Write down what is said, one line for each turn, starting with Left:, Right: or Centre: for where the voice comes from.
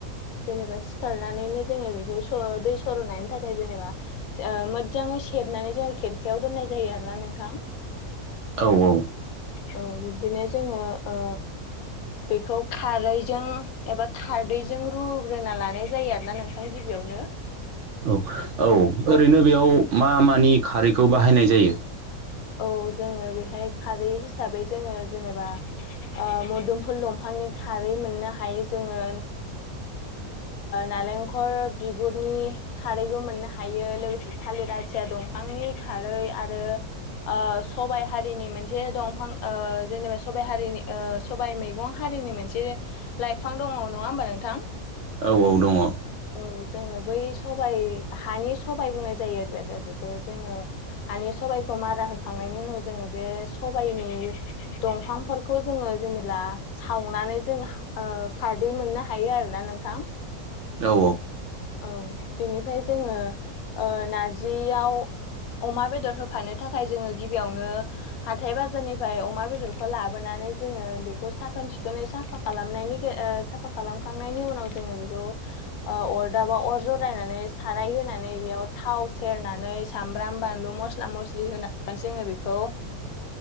Left: जेनेबा सि सिखारनानैनो जोङो बेखौ दै सर'नायनि थाखाय जेनेबा मोजाङै सेरनानै जोङो खेरखायाव दोननाय जायो आरोना नोंथां
Right: औ औ
Left: औ बिब्दिनो जोङो बेखौ खारैजों एबा खारदैजों रुग्रोना लानाय जायो आरोना नोंथां गिबियावनो <inaudible>
Right: औ औ ओरैनो
Left: औ
Right: बेयाव मा मानि खारैखौ बाहायनाय जायो
Left: औ जोङो बेहाय खारै हिसाबै जोङो जेनेबा मोदोमफुल दंफांनि खारै मोननो हायो जोङो नारेंखल बिगुरनि खारैबो मोननो हायो लोगोसे थालिर आथिया दंफांनि खारै आरो सबाइ हारिनि मोनसे दंफां जेनेबा सबायाइ हारिनि सबायाइ मैगं हारिनि मोनसे एसे लाइफां दङ नङा होमबा नोंथां
Right: औ औ दङ
Left: औ जोङो बै सबाइ हानि सबाय बुंनाय जायो आरो बेखौ जोङो हानि सबाइखौ मारा होखांनायनि उनाव जोङो बे सबायनि दंफांफोरखौ जों जेब्ला सावनानै जों औ दै मोननो हायो आरोना नोंथां
Right: औ
Left: औ बेनिफ्राय जोङो नारजियाव अमा बेदर होफानो थाखाय जोङो गिबियावनो हाथाय बाजारनिफ्राय अमा बेदरखौ लाबोनानै जोङो बेखौ साखोन सिखोनै सोनानै खालामनानै साफा खालामखांनायनि उनाव जों बेखौ अरदाबाव अर जरायनानै साराय होनानै बेयाव थाव सेरनानै सामब्राम बानलु मस्ला मस्लि होनानै जोङो बेखौ